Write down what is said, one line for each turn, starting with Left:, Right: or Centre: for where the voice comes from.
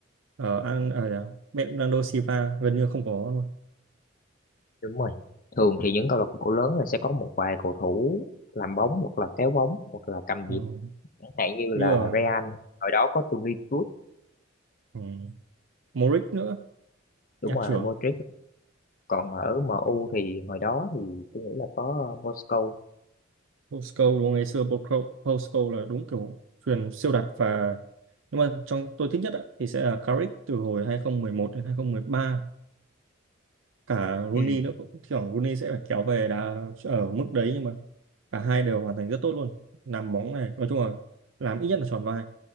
Right: ờ, An à, dạ, Bernardo Silva gần như không có luôn
Left: đúng rồi thường thì những câu lạc bộ lớn là sẽ có một vài cầu thủ làm bóng hoặc là kéo bóng hoặc là cầm
Right: ừ.
Left: nhịp chẳng hạn như
Right: như
Left: là
Right: là
Left: Real hồi đó có Toni Kroos
Right: ừ. Modric nữa
Left: đúng
Right: nhạc
Left: rồi
Right: trưởng
Left: Modric còn ở em U thì hồi đó thì tôi nghĩ là có ờ, Moscow
Right: Postcode đúng không? ngày xưa Postcode Postcode là đúng kiểu truyền siêu đặc và nhưng mà trong tôi thích nhất á, thì sẽ là Carrick từ hồi 2011 đến 2013 cả Rooney
Left: ừ
Right: nữa cũng thỉnh Rooney sẽ phải kéo về đá ở mức đấy nhưng mà cả hai đều hoàn thành rất tốt luôn làm bóng này nói chung là làm ít nhất là tròn vai